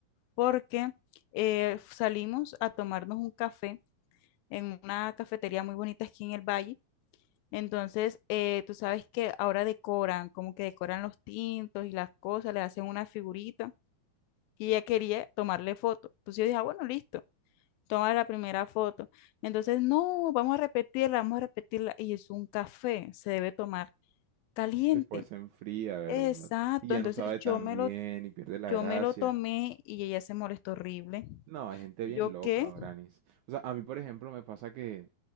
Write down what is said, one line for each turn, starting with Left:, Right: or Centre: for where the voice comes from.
Left: porque eh, salimos a tomarnos un café en una cafetería muy bonita aquí en el valle. Entonces, eh, tú sabes que ahora decoran, como que decoran los tintos y las cosas, le hacen una figurita y ella quería tomarle foto. Entonces yo dije, "Ah, bueno, listo, toma la primera foto. Entonces, no, vamos a repetirla, vamos a repetirla. Y es un café, se debe tomar caliente.
Right: Después se enfría, ¿verdad?
Left: Exacto,
Right: Y ya
Left: entonces
Right: no sabe tan
Left: yo me
Right: bien
Left: lo,
Right: y pierde la
Left: yo
Right: gracia.
Left: me lo tomé y ella se molestó horrible.
Right: No, hay gente
Left: ¿Y
Right: bien
Left: yo
Right: loca,
Left: qué?
Right: Branis. O sea, a mí, por ejemplo, me pasa que